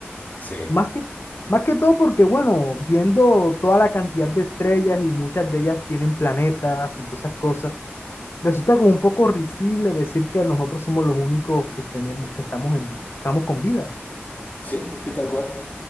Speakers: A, on the left; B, on the left.
A: Sí,
B: Más que, más que todo porque, bueno, viendo toda la cantidad de estrellas y muchas de ellas tienen planetas y todas esas cosas, resulta como un poco risible decir que nosotros somos los únicos que tenemos, que estamos en, estamos con vida.
A: sí, sí, tal cual.